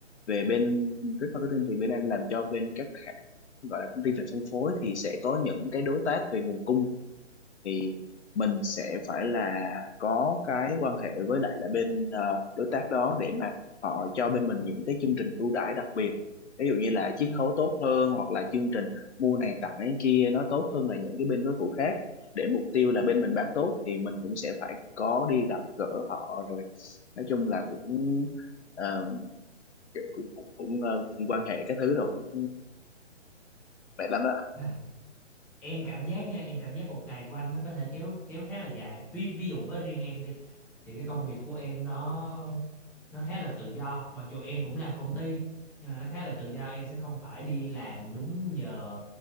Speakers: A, on the left; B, in the centre.
A: về bên trade marketing thì bên anh làm cho bên các hãng gọi là công ty về phân phối thì sẽ có những cái đối tác về nguồn cung thì mình sẽ phải là có cái quan hệ với lại là bên ờ, đối tác đó để mà họ cho bên mình những cái chương trình ưu đãi đặc biệt ví dụ như là
B: ừ.
A: chiết khấu tốt hơn hoặc là chương trình mua này tặng cái kia nó tốt hơn là những cái bên đối thủ khác để mục tiêu là bên mình bán tốt thì mình cũng sẽ phải có đi gặp gỡ họ rồi nói chung là cũng ờ, kiểu cũng cũng cũng ờ, quan hệ các thứ rồi cũng mệt lắm đó
B: à, em cảm giác nha em cảm giác một ngày của anh nó có thể kéo kéo khá là dài ví ví dụ với riêng em đi thì cái công việc của em nó nó khá là tự do mặc dù em cũng làm công ty nhưng mà nó khá là tự do em sẽ không phải đi làm đúng giờ